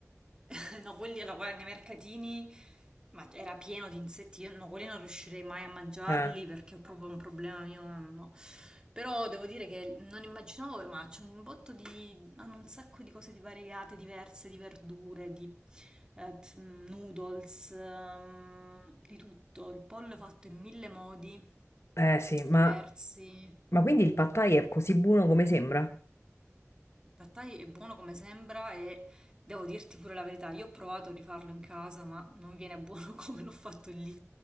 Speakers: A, on the right; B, on the left.
A: <laughs> No, quelli, allora, guarda, nei mercatini, ma era pieno di insetti, io no, quelli non riuscirei mai a mangiarli
B: Eh,
A: perché ho proprio un problema mio, no. Però devo dire che non immaginavo, ma c'è un botto di... hanno un sacco di cose di variegate, diverse, di verdure, di eh, t- noodles, ehm, di tutto. Il pollo è fatto in mille modi
B: eh sì, ma,
A: diversi.
B: ma quindi il pad thai è così buono come sembra?
A: Il pad thai è buono come sembra e devo dirti pure la verità, io ho provato a rifarlo in casa, ma non viene buono <laughs> come l'ho fatto lì.